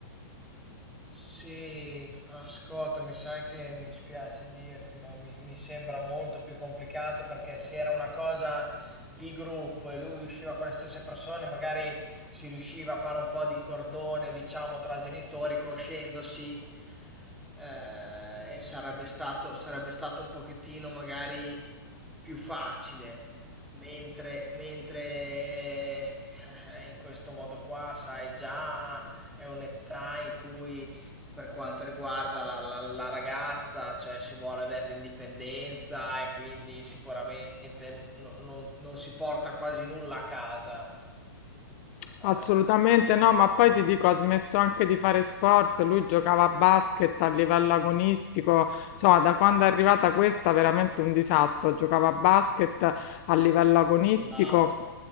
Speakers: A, in the centre; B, on the left (about 35°).
A: Sì, ascolta, mi sai che mi spiace dirti, ma mi, mi sembra molto più complicato perché se era una cosa di gruppo e lui usciva con le stesse persone, magari si riusciva a fare un po' di cordone, diciamo, tra genitori, conoscendosi eh, e sarebbe stato, sarebbe stato un pochettino magari più facile, mentre, mentre eh, in questo modo qua, sai, già è un'età in cui per quanto riguarda la, la- la ragazza, cioè si vuole avere l'indipendenza e quindi sicuramente n- non, non si porta quasi nulla a casa.
B: Assolutamente
A: Ah,
B: no, ma poi ti dico, ha smesso anche di fare sport, lui giocava a basket a livello agonistico, insomma, da quando è arrivata questa veramente un disastro, giocava a basket a livello agonistico.
A: mollato.